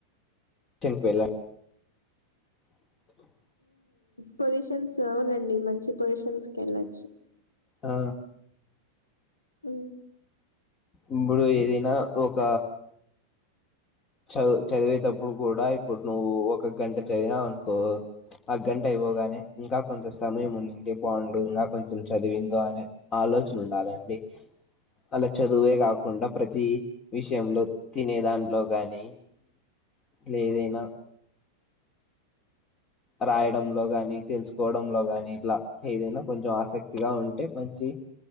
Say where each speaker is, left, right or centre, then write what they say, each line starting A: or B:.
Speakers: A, on the left; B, on the left.
A: చిన్కు వెళ్ళ <inaudible>
B: పొజిషన్స్ అవునండి మంచి పొజిషన్స్ కి వెళ్ళచ్చు
A: ఆ
B: ఉ
A: ఇప్పుడు ఏదైనా ఒక చదు చదివేటప్పుడు కూడా ఇప్పుడు నువ్వు ఒక గంట చదివినవు అనుకో ఆ గంట అయి చదవగానే ఇంకా కొంచం సమయం ఉండుంటే బావుండు. ఇంకా కొంచెం చదివిందో అనే ఆలోచన ఉండాలె అలా చదువే కాకుండా, ప్రతి విషయంలో తినే దాంట్లో గాన్ నీ ఎట్లేదైనా రాయడంలో గాని, తెలుసుకోవడంలో గాని ఇట్లా ఏదైనా కొంచెం. ఆసక్తిగా ఉంటే మంచి